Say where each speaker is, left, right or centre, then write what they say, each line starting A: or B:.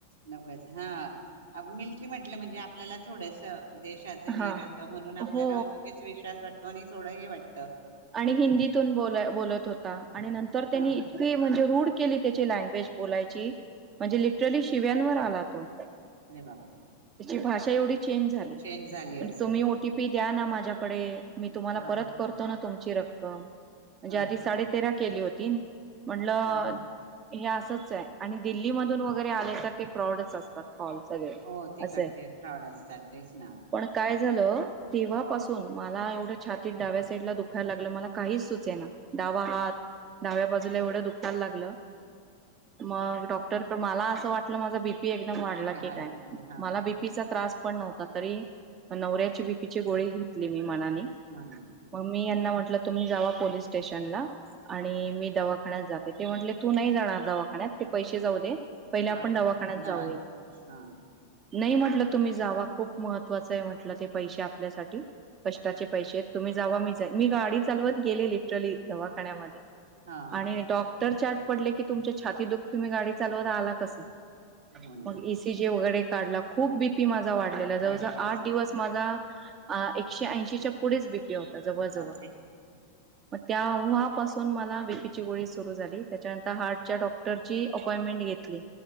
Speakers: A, on the right (about 70°); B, on the right (about 25°).
A: लकच हा मिल्ट्री म्हटलं म्हणजे आपल्याला थोडस देशाच हे
B: हा
A: राहतं म्हणून आपल्याला
B: हो
A: लेच विश्वास वाटतो आणि थोडंही वाटत
B: आणि हिंदीतून ब बोलत होता आणि नंतर त्यांनी
A: हा
B: इतकी म्हणजे रूढ केली त्याची लँग्वेज बोलायची म्हणजे लिटरली शिव्यांवर आला तो
A: अरे बापरे
B: तची भाषा एवढी चेंज झाली म्हणजे
A: चेंज झाले असेल
B: तुम्ही ओटी पी द्या ना माझ्याकड मी तुम्हाला
A: हा
B: परत करतो ना तुमची रक्कम म्हणजे
A: हा
B: आधी साडे
A: हा
B: तेरा केली होती म्हंटलं
A: हा
B: हे अस फ्रॉडच आणि दिल्लीमधून वगैरे आले तर ते फ्रॉडच असतात हॉल सगळे
A: हो तिकडचे
B: असय
A: फ्रॉड असतात तेच ना
B: पण काय झालं तेव्हापासून मला एवढं छातीत डाव्या साईडला दुखतं दुखायला लागलं मला काहीच सुचेना डावा हात डाव्या बाजूला एवढं दुखायला लागलं मग डॉक्टर मला असं वाटलं माझं बिपी पी एकदम वाढला
A: मी हाय
B: की काय
A: हा
B: मला बीपीचा त्रास पण नव्हता तरी नवऱ्याचे बीपीचे गोळी घेतले मी मनाने
A: म्हणून
B: मग याना म्हटलं तुम्ही जावा पोलीस स्टेशनला आणि मी दवाखान्यात जाते ते म्हटले तू नाही जाणार दवाखान्यात ते पैसे जाऊ दे पहिले
A: हा
B: आपण दवाखान्यात
A: हा नवा
B: जाऊया
A: हा
B: नाही म्हटलं तुम्ही जावा खूप महत्त्वाचं आहे म्हटलं ते पैसे आपल्यासाठी कष्टाचे पैसे आहेत तुम्ही जावा मी मी गाडी चालवत गेलेली लिटरली दवाखान्यामध्ये
A: हा
B: आणि डॉक्टर त्या आत पडले तुमच्या छाती दुखतय तुम्ही गाडी चालवत आला कस
A: हो
B: मग
A: ना
B: एसी जे वगैरे काढला खूप बीपी माझा वाढलेला जवळजवळ
A: वाढलासा
B: आठ दिवस माझा अ एकशे ऐंशीच्या पुढेच बीपी होता जवळ
A: बापरे
B: जवळ मग तेव्हा पासून मला बिपीची गोळी सुरू झाली त्याच्यानंतर हार्टच्या डॉक्टरची आप महिने घेतले